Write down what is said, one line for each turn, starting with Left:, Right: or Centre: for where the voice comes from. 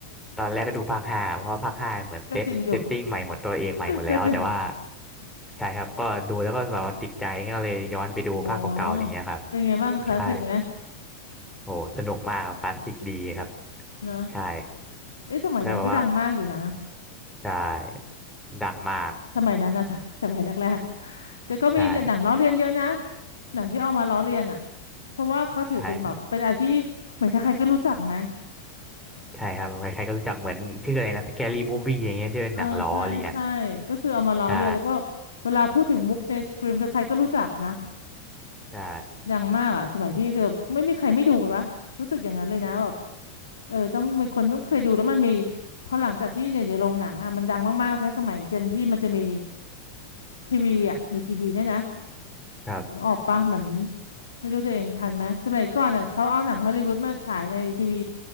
Centre: ตอนแรกก็ดูภาคห้าเพราะว่าภาคห้าเหมือนเซตเซตติ้งใหม่หมดตัวเองใหม่หมดแล้วแต่ว่า
Left: ก็จริงอยู่ ก็จริง
Centre: ใช่ครับก็ดูแล้วก็แบบว่าติดใจก็เลยย้อนไปดูภาคเก่าๆอย่างเงี้ยครับ
Left: อ๋อเป็นไงบ้างคลาสสิกไหม
Centre: ใช่โอ้สนุกมากครับคลาสสิกดีครับ
Left: เนอะ
Centre: ใช่
Left: เอ้ยสมัยนั้นก็ดังมากอยู่นะ
Centre: แล้วแบบว่าใช่ดังมาก
Left: สมัยนั้นนะ <laughs> สมัยสมัยแรกๆก็ก็มีหนังล้อเลียนเยอะนะ
Centre: ใช่
Left: หนังที่เอามาล้อเลียนอ่ะเพราะว่าเขาถือเป็นแบบเป็นอะไรที่เหมือนใครๆก็รู้จักไหม
Centre: ใช่ใช่ครับใครๆก็รู้จักเหมือนชื่ออะไรนะสแกรี่มูฟวี่อย่างเงี้ยที่เป็นหนังล้อเลียน
Left: เออใช่ใช่ก็คือเอามาล้อเลียนแล้วก็
Centre: ใช่
Left: เวลาพูดถึงมุกในสกรีมใครๆก็รู้จักนะ
Centre: ใช่
Left: ดังมากอ่ะสมัยพี่คือแบบไม่มีใครไม่ดูเลยวะรู้สึกอย่างนั้นเลยนะแบบ เออต้องมีคนต้องเคยดูแล้วมันมีพอหลังจากที่อยู่ในโรงหนังอ่ะมันดังมากๆใช่สมัยเจนพี่มันจะมีทีวีอ่ะมีทีวีเนี่ยนะ
Centre: ใช่ครับ
Left: นึกออกปะเหมือนไม่รู้ตัวเองทันไหมสมัยก่อนอ่ะเขาเอาหนังฮอลลีวูดมาฉายในทีวี